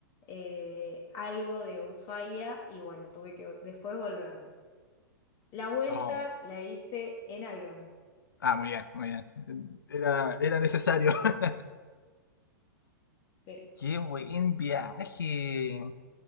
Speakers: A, on the left; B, on the left.
A: eh, algo de Ushuaia y bueno, tuve que después volverme. La vuelta
B: Oh.
A: la hice en avión.
B: Ah, muy bien, muy bien. Era, era necesario. <laughs>
A: Sí,
B: Qué buen viaje.